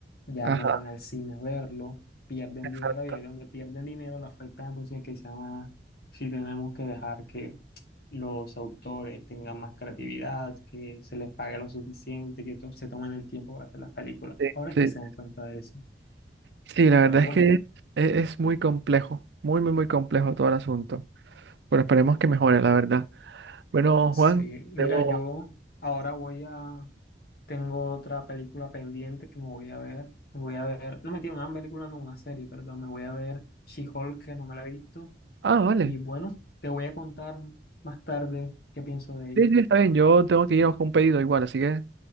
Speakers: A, on the left (about 60°); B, on the right (about 75°).
A: ya
B: ajá,
A: no van al cine a verlo, pierden
B: exacto.
A: dinero y ahí donde pierden dinero la afecta de por sí que se llama, si tenemos que dejar que los autores tengan más creatividad, que se les pague lo suficiente, que to- se tomen el tiempo para hacer las películas.
B: Sí,
A: Ahora
B: sí.
A: es que se dan cuenta de eso.
B: Sí, la verdad
A: Pero bueno,
B: es que es, es muy complejo, muy, muy, muy complejo todo el asunto. Pero esperemos que mejore, la verdad. Bueno,
A: sí,
B: Juan,
A: mira,
B: debo...
A: yo ahora voy a Tengo otra película pendiente que me voy a ver. Me voy a ver, no mentira, una película, no, una serie, perdón. Me voy a ver She-Hulk, que no me la he visto.
B: Ah, vale.
A: Y bueno, te voy a contar más tarde qué pienso de ella.
B: Sí, sí, está bien. Yo tengo que ir a buscar un pedido igual, así que